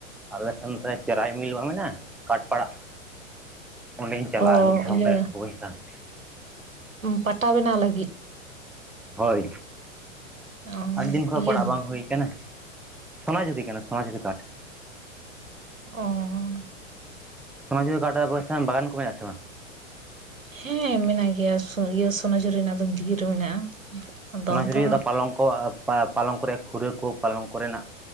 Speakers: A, in the centre; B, on the right.
A: ᱟᱨ ᱟᱞᱮ ᱥᱮᱱ ᱪᱮᱨᱟᱭ ᱢᱤᱞ ᱵᱟᱝ ᱢᱮᱱᱟᱜᱼᱟ᱾ ᱠᱟᱴ ᱯᱟᱲᱟᱜ ᱚᱸᱰᱮᱧ ᱪᱟᱞᱟᱜᱼᱟ᱾
B: ᱚ
A: ᱢᱤᱫ ᱫᱷᱟᱣ
B: ᱤᱭᱟᱹ
A: ᱚᱸᱰᱮ <unintelligible>
B: ᱯᱟᱴᱟ ᱵᱮᱱᱟᱣ ᱞᱟᱹᱜᱤᱫ?
A: ᱦᱳᱭ
B: ᱚ
A: ᱟᱹᱰᱤ ᱫᱤᱱ ᱠᱷᱚᱱ
B: ᱤᱭᱟᱹ
A: ᱯᱟᱲᱟᱜ ᱵᱟᱝ ᱦᱩᱭ ᱠᱟᱱᱟ᱾ ᱥᱚᱱᱟ ᱡᱷᱩᱨᱤ ᱠᱟᱱᱟ ᱥᱚᱱᱟ ᱡᱷᱩᱨᱤ ᱠᱟᱴ᱾
B: ᱚᱸᱻ
A: ᱥᱚᱱᱟ ᱡᱷᱩᱨᱤ ᱠᱟᱴ ᱟᱨ ᱟᱯᱮ ᱥᱮᱱ ᱵᱟᱜᱟᱱ ᱠᱚ ᱢᱮᱱᱟᱜᱼᱟ ᱥᱮ ᱵᱟᱝ?
B: ᱦᱮᱸ ᱢᱮᱱᱟᱜ ᱜᱮᱭᱟ ᱤᱭᱟᱹ ᱥᱚᱱᱟ ᱡᱷᱩᱨᱤ ᱨᱮᱱᱟᱜ ᱫᱚ ᱵᱤᱨ ᱢᱮᱱᱟᱜᱼᱟ᱾ ᱟᱫᱚ
A: ᱥᱚᱱᱟ
B: ᱟᱫᱚ
A: ᱡᱷᱩᱨᱤᱭᱟᱹ ᱫᱚ ᱯᱟᱞᱚᱝ ᱠᱚ ᱯᱟᱞᱚᱝ ᱠᱚ ᱨᱮᱭᱟᱜ ᱠᱷᱩᱨᱟᱹ ᱠᱚ ᱯᱟᱞᱚᱝ ᱠᱚ ᱨᱮᱱᱟᱜ